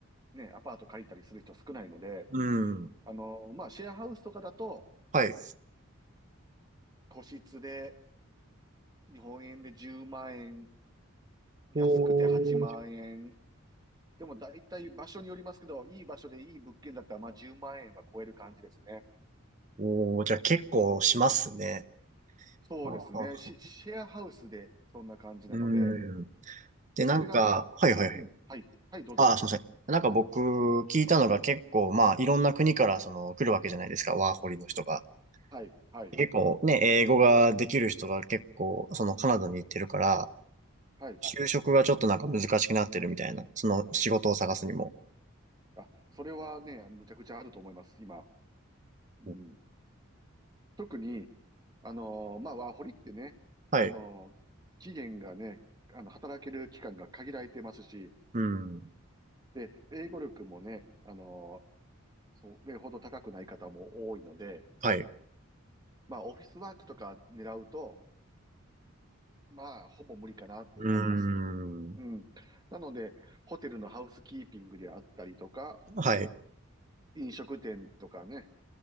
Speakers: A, on the right; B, on the right.
A: ね、アパート借りたりする人少ないので、
B: うーん。
A: あの、まあ、シェアハウスとかだと、
B: はい。
A: 個室で、日本円で10万円、安くて8万円。
B: おー、
A: でも大体場所によりますけど、いい場所でいい物件だったら、まあ、10万円は超える感じですね。
B: おー、じゃあ結構しますね。
A: そうですね。
B: はあはあはあ
A: シ、シェアハウスでそんな感じなので、
B: うん。で、
A: で、
B: なんか、
A: それが、
B: はいはいはい。
A: うん、はい、はい、どうぞ。
B: ああすいません。なんか僕聞いたのが結構、まあ、いろんな国からその来るわけじゃないですか、ワーホリの人が。
A: はい、はい、
B: 結構ね、英語ができる人が結構、そのカナダに行ってるから、
A: はい。
B: 就職がちょっとなんか難しくなってるみたいな、その仕事を探すにも。
A: あ、それはね、むちゃくちゃあると思います、今。うん。
B: うん
A: 特に、あのーまあ、ワーホリってね、
B: はい。
A: あのー期限がね、あの、働ける期間が限られてますし、
B: うん。
A: で、英語力もね、あのーそれほど高くない方も多いので、
B: はい。
A: まあ、オフィスワークとか狙うと、まあ、ほぼ無理かなっていうのはあります。
B: うーん。
A: うん。なので、ホテルのハウスキーピングであったりとか、
B: はい。
A: 飲食店とかね、